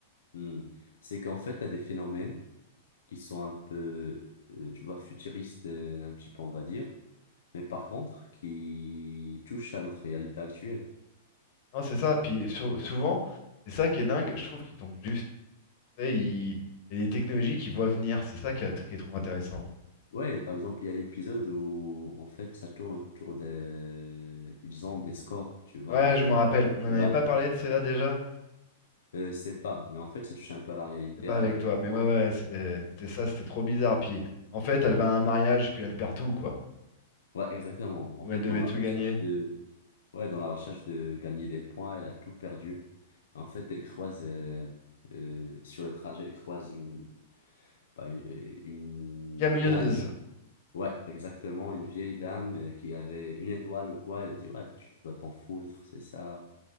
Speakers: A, on the left; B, on the left.
A: hmm, c'est qu'en fait, tu as des phénomènes qui sont un peu, euh, tu vois, futuristes, euh, un petit peu, on va dire, mais par contre, qui touchent à notre réalité actuelle.
B: Non, c'est ça. Puis sou- souvent, c'est ça qui est dingue. Je trouve qu'ils tombent juste. Tu sais, ils- il y a des technologies qu'ils voient venir. C'est ça qui est, qui est trop intéressant.
A: Ouais, par exemple, il y a l'épisode où, en fait, ça tourne autour des... Ils ont des scores, tu vois,
B: Ouais,
A: notés.
B: je me rappelle. On
A: Étoiles,
B: n'en avait pas parlé de celle-là déjà.
A: Euh, c'est pas, mais en fait, ça touche un peu à la réalité
B: C'est pas
A: avec...
B: avec toi, mais ouais, ouais, c'était c'était ça, c'était trop bizarre. Puis en fait, elle va à un mariage, puis elle perd tout, quoi.
A: Ouais, exactement. En
B: Où
A: fait,
B: elle devait
A: dans la
B: tout
A: recherche
B: gagner.
A: de... Ouais, dans la recherche de gagner des points, elle a tout perdu. En fait, elle croise, euh, euh, sur le trajet, elle croise une, pas une, une
B: Camionneuse.
A: dame. Ouais, exactement, une vieille dame euh, qui avait une étoile ou quoi. Elle a dit, ouais, tu dois t'en foutre, c'est ça.